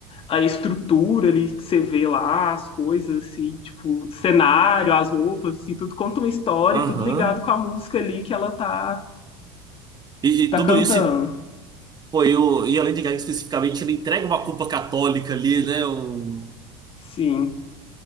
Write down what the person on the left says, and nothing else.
a estrutura ali que você vê lá, as coisas, assim, tipo, cenário, as roupas, assim, tudo conta uma história,
e tudo ligado com a música ali que ela tá,
tá
cantando.
Sim.